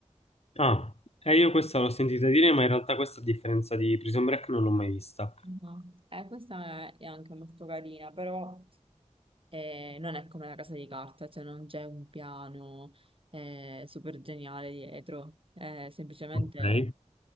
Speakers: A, on the left (about 55°); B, on the right (about 45°).
A: Ah, e io questa l'ho sentita dire, ma in realtà questa a differenza di Prison Break non l'ho mai vista.
B: Mhm. Eh, questa è anche molto carina, però eh, non è come la casa di carta, cioè non c'è un piano eh, super geniale dietro, è semplicemente
A: Ok.